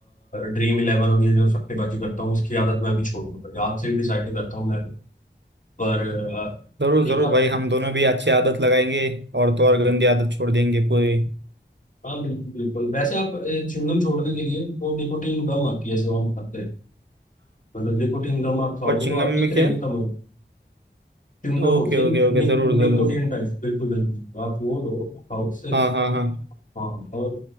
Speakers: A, on the left; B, on the right.
A: ड्रीम इलेवन और ये जो सट्टेबाजी करता हूँ उसकी आदत मैं भी छोड़ूंगा तो आपसे ही डिसाइड करता हूँ मैं भी पर अ,
B: जरूर
A: एक
B: जरूर
A: आप
B: भाई हम दोनों भी अच्छी आदत लगाएंगे और तो और गंदी आदत छोड़ देंगे पूरी
A: हाँ बिल्कुल बिल्कुल वैसे आप च्युइंगम छोड़ने के लिए वो निकोटीन गम आती है जो हम खाते हैं मतलब निकोटीन गम आप खाओगे
B: और चिंगम
A: तो आपकी
B: में
A: क्रेविंग
B: क्या है
A: कम होगी च्युइंगम
B: ओके
A: होती है
B: ओके
A: नि,
B: ओके जरूर
A: निकोटीन
B: जरूर
A: टाइप बिल्कुल बिल्कुल तो आप वो लो वो खाओ उससे
B: हाँ हाँ हाँ
A: हाँ और